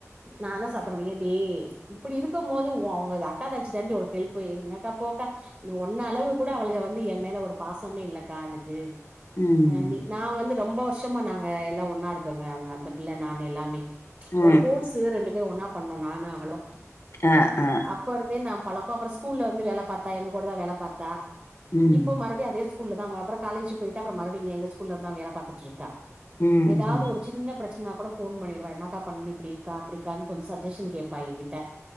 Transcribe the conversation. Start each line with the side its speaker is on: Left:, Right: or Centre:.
Right: நானு சத்த மணிக்கேன்டி இப்டி இருக்கும் போது உ ஒங்க அக்கா தங்கச்சி தாண்டி ஒரு ஹெல்ப்பு என்னக்கா போக்கா ஒன்ன அளவுக்கு கூட அவளுக்கு வந்து எ மேல ஒரு பாசமே இல்லக்கா எனக்கு
Left: ம்
Right: அ நீ நா வந்து ரொம்ப வருச் ஷமா நாங்க எல்லா ஒன்னா இருக்கோங்க அவங்க அந்த பிள்ள நானு எல்லாமே
Left: ஆ
Right: கோர்ஸ்ஸு ரெண்டு பேரு ஒன்னா பண்ணோ நானு அவளு
Left: ஆ ஆ
Right: அப்ப இருந்தே நா பழக்கோ அப்றோ ஸ்கூல்ல வந்து வேல பாத்தா எங்க கூட தா வேல பாத்தா
Left: ம்
Right: இப்போ மறுபடியு அதே ஸ்க கூல்ல தா பா அப்றோ காலேஜ்க்கு போய்ட்டு அப்றோ மறுபடியு எங்க ஸ்கூல தா வேல பாத் துட்ருக்கா
Left: ம்
Right: ஏதாவது
Left: ம்
Right: ஒரு சின்ன பிரச்சனனா கூட ஃபோன் பண்ணிருவா என்னக்கா பண்னனு இப்டிக்கா அப்டிக்கான்னு கொஞ்சோ சஜஷன் கேப் ப்பா எ கிட்ட